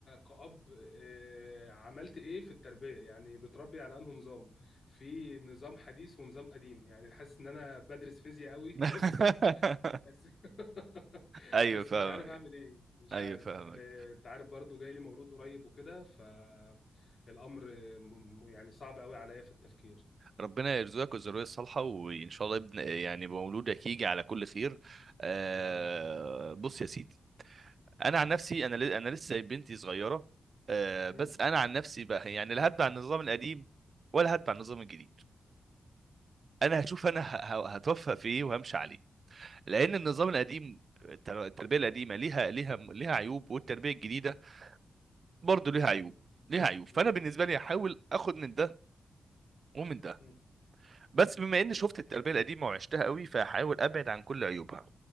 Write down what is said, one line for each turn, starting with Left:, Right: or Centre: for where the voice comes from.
Left: كأب آه عملت إيه في التربية يعني بتربي على أنه نظام في نظام حديث ونظام قديم يعني حاسس إن أنا بدرس فيزياء قوي في
Right: <laughs>
Left: نفسي بس <laughs>
Right: ايوه
Left: بس
Right: فاهمك
Left: مش عارف اعمل ايه مش
Right: ايوه
Left: عارف
Right: فاهمك
Left: آه، انت عارف برضو جاي لي مولود قريب وكده فالامر م- م- يعني صعب قوي عليا في التفكير
Right: ربنا يرزقك الذريه الصالحه وان شاء الله ابن يعني مولودك يجي على كل خير آه
Left: يا رب
Right: بص يا سيدي انا
Left: قول
Right: عن
Left: لي
Right: نفسي انا ل- انا لسه بنتي صغيره آه بس
Left: مم.
Right: انا عن نفسي بقى يعني لا هتبع النظام القديم ولا هتبع النظام الجديد انا هشوف انا ه- ه- هتوفق في ايه وهمشي عليه لان النظام القديم
Left: مم.
Right: التر- التربيه القديمه ليها ليها ليها عيوب والتربيه الجديده برضو
Left: يا
Right: ليها
Left: عيون
Right: عيوب ليها عيوب فانا
Left: مم.
Right: بالنسبه لي هحاول اخد من ده ومن ده
Left: مم. مم.
Right: بس بما اني شفت التربيه القديمه وعشتها قوي فهحاول ابعد عن كل عيوبها